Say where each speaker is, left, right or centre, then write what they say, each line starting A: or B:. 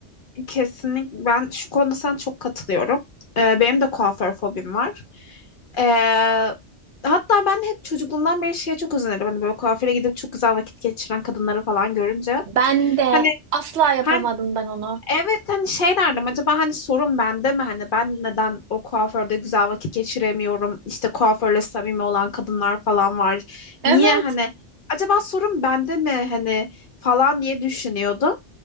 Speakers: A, on the left; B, on the right.
A: Kesinlikle ben şu konuda sana çok katılıyorum. Ee, benim de kuaför fobim var. Ee, hatta ben hep çocukluğumdan beri şeye çok özenirdim. Hani böyle kuaföre gidip çok güzel vakit geçiren kadınları falan görünce.
B: Ben de
A: Hani
B: asla yapamadım
A: hani
B: ben onu.
A: evet hani şey derdim acaba hani sorun bende mi hani ben neden o kuaförde güzel vakit geçiremiyorum işte kuaförle samimi olan kadınlar falan var
B: Evet.
A: niye hani acaba sorun bende mi hani falan diye düşünüyordum